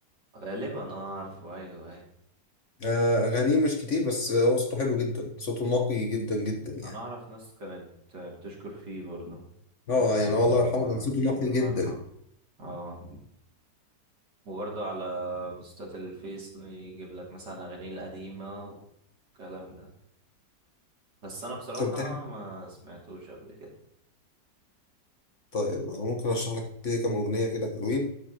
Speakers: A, on the right; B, on the left.
A: غالبا اه عارفه أيوه أيوه
B: آه اغانيه مش كتير بس هو صوته حلو جدا صوته نقي جدا جدا يعني
A: أنا أعرف ناس كانت آه، بتشكر فيه برضه وإن
B: اه يعني هو
A: هو
B: الله يرحمه كان صوته نقي
A: الله
B: جدا
A: يرحمه اه وبرضه على بوستات الفيس يجيب لك مثلا أغانيه القديمة والكلام ده بس أنا بصراحة
B: طب بتحب
A: ما سمعتوش قبل كده
B: طيب ممكن اشرح لك كده كام اغنيه كده حلوين